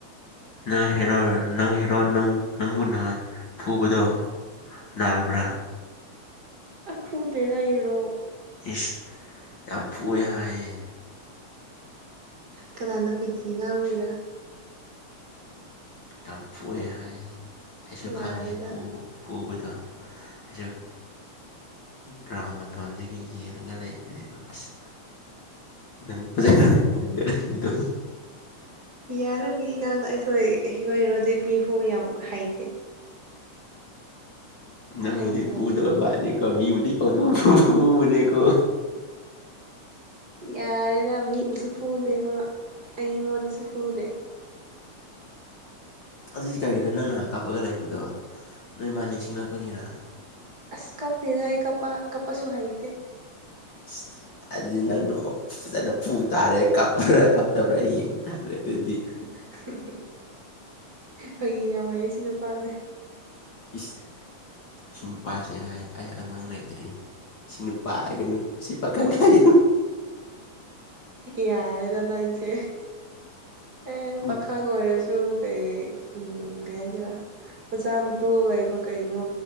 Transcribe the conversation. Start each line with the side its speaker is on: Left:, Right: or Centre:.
Left: ꯅꯪ ꯍꯦꯔꯣ ꯅꯪ ꯍꯦꯔꯣ ꯅꯪ ꯅꯪꯕꯨ ꯅꯍꯥꯟ ꯐꯨꯕꯗꯣ ꯅꯅꯥꯕ꯭ꯔꯥ
Right: ꯐꯨꯗꯦꯗꯥ ꯑꯩ ꯍꯩꯔꯣ
Left: ꯏꯁ ꯌꯥꯝ ꯐꯨꯏ ꯍꯥꯏꯌꯦ
Right: ꯀꯅꯥꯅ ꯑꯩꯈꯣꯏꯒꯤ ꯑꯉꯥꯡ ꯑꯣꯏꯔꯥ
Left: ꯌꯥꯝ ꯐꯨꯏ ꯍꯥꯏꯌꯦꯅꯦ ꯑꯩꯁꯨ
Right: ꯌꯥꯔꯦꯗ
Left: ꯈꯪꯉꯦ ꯐꯨꯕ ꯐꯨꯕꯗꯣ ꯑꯌꯨꯛ ꯒ꯭ꯔꯥꯎꯟ ꯃꯇꯣꯟꯗꯒꯤ ꯌꯦꯡꯉꯒ ꯂꯩꯕꯅꯦꯕ ꯑꯁ ꯅꯪ ꯐꯖꯅ ꯄꯣꯔꯅꯤꯗꯣ
Right: ꯌꯥꯔꯤꯕꯒꯤ ꯉꯥꯡꯅ ꯑꯩꯈꯣꯏ ꯑꯣꯏꯔꯨꯔꯗꯤ ꯃꯤꯐꯥꯎꯕ ꯌꯥꯝ ꯍꯩꯇꯦ
Left: ꯅꯪꯕꯨꯗꯤ
Right: ꯍꯩꯇꯕꯅꯤ
Left: ꯄꯨꯗꯕ ꯋꯥꯅꯤ ꯃꯤꯕꯨꯗꯤ ꯄꯪꯐꯨ ꯐꯨꯕꯅꯤꯀꫭ ꯃꯅꯦꯀꯣ
Right: ꯌꯥꯔꯦꯗ ꯃꯤ ꯃꯁꯨ ꯐꯨꯗꯦꯕ ꯑꯩꯣꯟꯅꯁꯨ ꯐꯨꯅꯦꯦ
Left: ꯑꯗꯨꯏꯗꯤ ꯀꯔꯤꯒꯤꯔꯥ ꯅꯪ ꯅꯍꯥꯟ ꯀꯥꯞꯄꯒ ꯂꯩꯕꯗꯣ ꯅꯣꯏ ꯃꯥ ꯅꯤꯡꯁꯤꯡꯂꯛꯄꯒꯤꯔꯥ
Right: ꯑꯁ ꯀꯞ ꯖꯏ ꯀꯄꯥ ꯀꯄꯥꯁꯨ ꯍꯥꯏ ꯏꯗꯦ
Left: <inaudible> ꯑꯗꯨꯗꯤ ꯅꯪ ꯅꯣꯡꯃ ꯐꯖꯅ ꯄꯨ ꯇꯥꯔꯦ ꯀꯞꯄ꯭ꯔꯥ ꯀꯞꯇꯕ꯭ꯔꯥ ꯌꯦꯡ ꯇꯥꯈ꯭ꯔꯦ ꯑꯗꯨꯗꯤ
Right: <inaudible> ꯍꯌꯦꯡ ꯌꯥꯝ ꯋꯥꯥꯏꯑꯌꯦ ꯁꯤ ꯅꯨꯄꯥꯁꯦ
Left: ꯏꯁ ꯁꯤ ꯅꯨꯄꯥꯁꯦ ꯍꯥꯏ ꯑꯩ ꯑꯉꯥꯡ ꯂꯩꯇ꯭ꯔꯤ ꯁꯤ ꯅꯨꯄꯥ ꯍꯥꯏꯒ ꯁꯤ ꯄꯥꯈꯪ ꯍꯥꯏ
Right: ꯌꯥꯔꯦꯗ ꯅꯪꯁꯦ ꯑꯦ
Left: ꯎꯝ
Right: ꯄꯥꯈꯪ ꯑꯣꯏꯔꯁꯨ ꯀꯩ ꯀꯩ ꯍꯥꯏꯁꯤꯔ ꯑꯣꯖꯥꯝ ꯁꯇꯨꯜ ꯂꯩꯕ ꯀꯩꯅꯣ